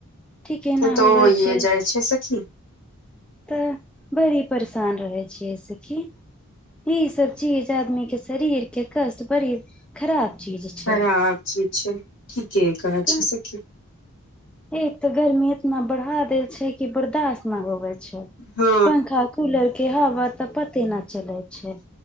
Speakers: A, in the centre; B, on the left.
A: ठीके एना
B: तो
A: होवै
B: होइए
A: छै
B: जाइ सखी
A: तऽ बड़ी परेशान रहै छियै एहि सखी ई सब चीज आदमी के शरीर के कष्ट बड़ी खराब चीज
B: खराब
A: छै
B: चीज छै ठीके कहै
A: तऽ
B: छी सखी
A: एक तऽ गर्मी इतना बढ़ा देल छै कि बर्दाश्त न हो गेलै
B: हँ
A: पंखा कूलर के हवा तऽ पते न चलै छै